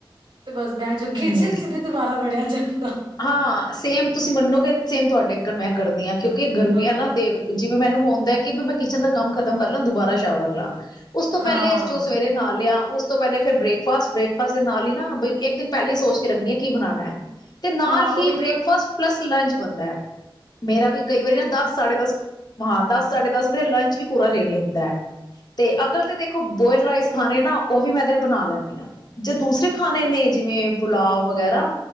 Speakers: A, on the right; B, on the left.
A: ਤੇ ਬਸ ਬੈ ਜੋ, ਕਿਚਣ
B: ਹੂੰ
A: ਚ ਨੀ ਦੁਬਾਰਾ ਵੜਿਆ ਜਾਂਦਾ।
B: ਹਾਂ ਸੇਮ ਤੁਸੀਂ ਮੰਨੋਗੇ, ਸੇਮ ਤੁਹਾਡੇ <unintelligible> ਮੈਂ ਕਰਦੀ ਹਾਂ ਕਿਉਂਕਿ ਗਰਮੀ
A: ਹਾਂ
B: ਹੈ ਨਾ ਤੇ ਜਿਵੇਂ ਮੈਨੂੰ ਹੁੰਦਾ ਹੈ, ਕਿ ਵੀ ਮੈਂ ਕਿਚਨ ਦਾ ਕੰਮ ਖ਼ਤਮ ਕਰ ਲਾਂ, ਦੁਬਾਰਾ ਸ਼ਾਵਰ ਲਾਂ ਉਸ ਤੋਂ
A: ਹਾਂ
B: ਪਹਿਲੇ ਜੋ ਸਵੇਰੇ ਨਾ ਲਿਆ, ਉਸ ਤੋਂ ਪਹਿਲੇ ਫਿਰ ਬ੍ਰੇਕਫਾਸਟ ਬ੍ਰੇਕ <unintelligible> ਨਾਲ ਹੀ ਨਾ ਬਈ ਇੱਕ ਦਿਨ ਪਹਿਲੇ ਹੀ ਸੋਚ ਕੇ ਰੱਖਣੀ ਹੈ ਕੀ ਬਣਾਉਣਾ ਹੈ। ਤੇ ਨਾਲ
A: ਹਾਂ ਉਹੀ
B: ਹੀ
A: ਨਾ
B: ਬ੍ਰੇਕਫਾਸਟ ਪਲੱਸ ਲੰਚ ਬਣਦਾ ਹੈ, ਮੇਰਾ ਵੀ ਕਈ ਵਾਰੀ ਨਾ ਦੱਸ। ਸਾਢੇ ਦਸ ਹਾਂ ਦਸ ਸਾਢੇ ਦਸ ਮੇਰਾ ਲੰਚ ਵੀ ਪੂਰਾ ਰੇਡੀ ਹੁੰਦਾ ਹੈ। ਤੇ ਅਗਲ ਤੇ ਦੇਖੋ ਬੋਇਲ ਰਾਈਸ ਖਾਣੇ ਨਾ ਉਹ ਹੀ ਮੈਂ ਤੇ ਬਣਾ ਲੈਂਨੀ ਹਾਂ, ਜੇ ਦੂਸਰੇ ਖਾਣੇ
A: ਅੱਛਾ
B: ਨੇ ਜਿਵੇਂ, ਪੁੁਲਾਵ ਵਗੈਰਾ